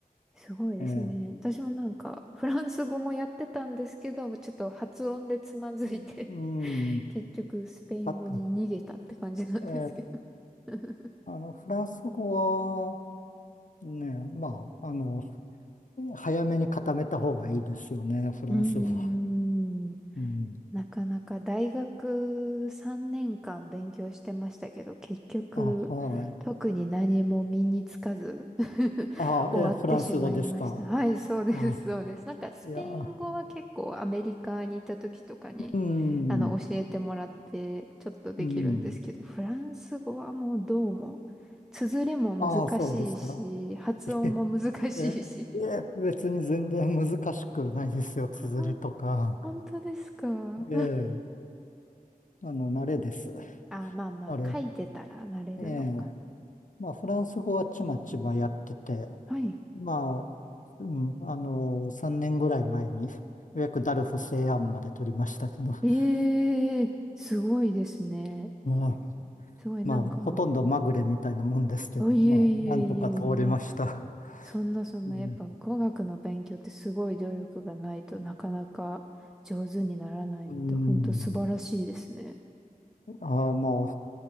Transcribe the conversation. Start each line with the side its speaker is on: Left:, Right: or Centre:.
Centre: すごいですね。
Left: ええ、
Centre: 私もなんか、フランス語もやってたんですけど、ちょっと発音でつまずいて
Left: うん、うん
Centre: <laughs> 結局、スペイン語に逃げたって感じなんですけど。
Left: あと、ええ、
Centre: <laughs>
Left: あの、フランス語は、ね、まあ、あの、早めに固めた方がいいですよね、フランス語は。
Centre: うーん。
Left: うん。
Centre: なかなか大学3年間勉強してましたけど、結局、
Left: あ、はい。
Centre: 特に何も身につかず <laughs>
Left: あ、
Centre: 終わってしまいました。
Left: え、フランス語ですか。
Centre: はい、そうです、
Left: あ、
Centre: そうです。なんかスペイン語は結構アメリカにいた時とかに、
Left: いや、うん、
Centre: あの、教えてもらってちょっとできるんですけど、
Left: うん。
Centre: フランス語はもうどうも、綴りも難しいし、
Left: ああ、そうですか。
Centre: 発音も難しいし。
Left: <laughs> え、え、別に全然難しくないですよ、
Centre: <laughs>
Left: 綴りとか。
Centre: ほん、本当ですか。
Left: ええ、あの、慣れです。
Centre: <laughs> あ、まあまあ、
Left: あれ。
Centre: 書いてたらなれるのか。
Left: ええ、まあ、フランス語はちまちまやってて、
Centre: はい。
Left: まあ、うん、あの、3年ぐらい前に、ようやくダルフ西安まで取りましたけど、<laughs>
Centre: ええ、すごいですね。
Left: うん、
Centre: すごいなんか、
Left: まあ、ほとんどまぐれみたいなもんですけど、
Centre: あ、いえいえいえいえ。
Left: まあ、なんとか通りました。
Centre: そんなそんな、
Left: うん。
Centre: やっぱ語学の勉強ってすごい努力がないとなかなか上手にならないので、
Left: うん
Centre: ほんと素晴らしいですね。
Left: ああ、も